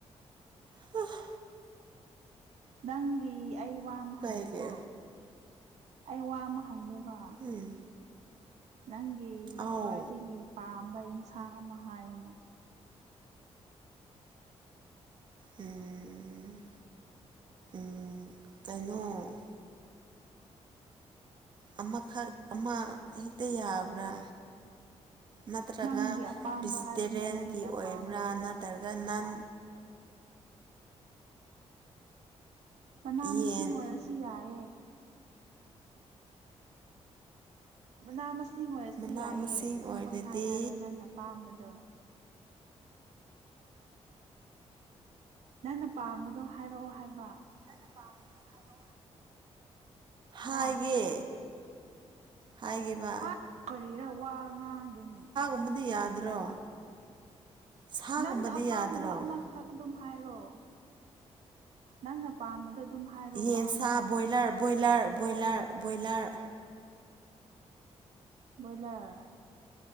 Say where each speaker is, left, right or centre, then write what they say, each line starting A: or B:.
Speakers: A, on the right; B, on the right.
A: ꯍꯑ
B: ꯅꯪꯒꯤ ꯑꯩ ꯋꯥ ꯑꯃ
A: ꯀꯩꯒꯤ
B: ꯍꯪꯒꯦꯀꯣ ꯑꯩ ꯋꯥ ꯑꯃ ꯍꯪꯒꯦꯕ
A: ꯎꯝ
B: ꯅꯪꯒꯤ
A: ꯑꯥꯎ
B: ꯈ꯭ꯋꯥꯢꯗꯒꯤ ꯄꯥꯝꯕ ꯑꯟꯁꯥꯡ ꯑꯃ ꯍꯥꯏꯌꯨꯅꯦ
A: ꯎꯝ ꯎꯝ ꯀꯩꯅꯣ ꯑꯃꯈꯛ ꯑꯃ ꯍꯦꯛꯇ ꯌꯥꯕ꯭ꯔꯥ ꯅꯠꯇ꯭ꯔꯒ
B: ꯅꯪꯒꯤ ꯑꯄꯥꯝꯕ
A: ꯗꯤꯁꯇꯦꯔꯤꯟꯒꯤ
B: ꯍꯥꯏꯕꯅꯦ ꯅꯪꯒꯤ ꯑꯄꯥꯝꯕ
A: ꯑꯣꯏꯕ꯭ꯔꯥ ꯅꯠꯇ꯭ꯔꯒ ꯅꯟ
B: ꯃꯅꯥ
A: ꯌꯦꯟ
B: ꯃꯁꯤꯡ ꯑꯣꯢꯔꯁꯨ ꯌꯥꯢꯌꯦ ꯃꯅꯥ ꯃꯁꯤꯡ ꯑꯣꯢꯔꯁꯨ
A: ꯃꯅꯥ
B: ꯌꯥꯢꯌꯦ
A: ꯃꯁꯤꯡ
B: ꯑꯗꯨꯝ
A: ꯑꯣꯏꯔꯗꯤ
B: ꯄꯪꯍꯥꯢ ꯍꯥꯢꯔꯣ ꯅꯪꯅ ꯄꯥꯝꯕꯗꯣ ꯅꯪꯅ ꯄꯥꯝꯕꯗꯣ ꯍꯥꯢꯔꯛꯑꯣ ꯍꯥꯢꯕ
A: ꯅꯪꯅ ꯄꯥꯝꯕꯗꯣ ꯍꯥꯢꯔꯣ ꯍꯥꯢꯒꯦ
B: ꯑꯥ
A: ꯍꯥꯢꯒꯦꯕ
B: ꯍꯥꯏ ꯀꯔꯤꯔ ꯋꯥ ꯉꯥꯡꯗꯦꯅꯦ
A: ꯕꯗꯤ ꯌꯥꯗ꯭ꯔꯣ ꯁꯥꯒꯨꯝꯕꯗꯤ
B: ꯅꯪꯅ ꯑꯄꯥꯝꯕꯗꯣ
A: ꯌꯥꯗ꯭ꯔꯣ
B: ꯑꯃꯈꯛ ꯑꯗꯨꯝ ꯍꯥꯏꯔꯣ ꯅꯪꯅ ꯄꯥꯝꯕꯗꯣ ꯑꯗꯨꯝ ꯍꯥꯏꯔꯣꯕ
A: ꯌꯦꯟꯁꯥ boiler boiler boiler boiler
B: boiler